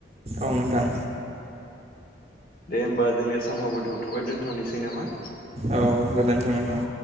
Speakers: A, on the right (about 35°); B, on the left (about 50°).
A: औ नोंथां
B: दे होमबा जोंनिया सामावबोथ'थ'बाय दोनथ'नोसै नामा
A: औ गोजोन्थों नोंथां।